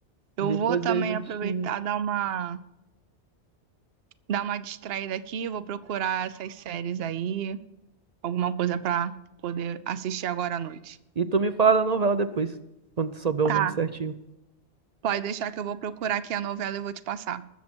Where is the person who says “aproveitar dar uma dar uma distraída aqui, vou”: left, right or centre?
Right